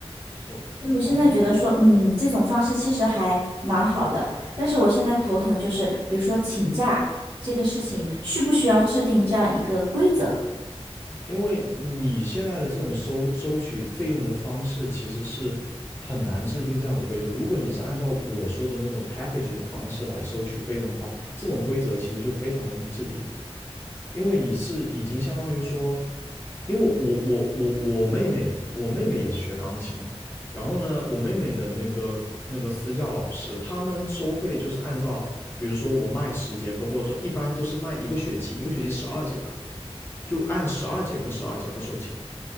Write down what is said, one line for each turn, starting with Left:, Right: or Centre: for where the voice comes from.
Left: 所哦，
Right: 所以我现在觉得说，嗯，这种方式其实还蛮好的，但是我现在头疼就是，比如说请假这个事情，需不需要制定这样一个规则？
Left: 因为你现在的这种收收取费用的方式其实是很难制定这样的规则。如果你是按照我说的那种 package 的方式来收取费用的话，这种规则其实就非常容易制定了，因为你是已经相当于说因为我我我我妹妹，我妹妹也是学钢琴的。然后呢，我妹妹的那个那个私教老师，他们收费就是按照，比如说我卖十节课，或者说一般都是卖一个学期，一个学期十二节课，就按十二节课十二节课收钱。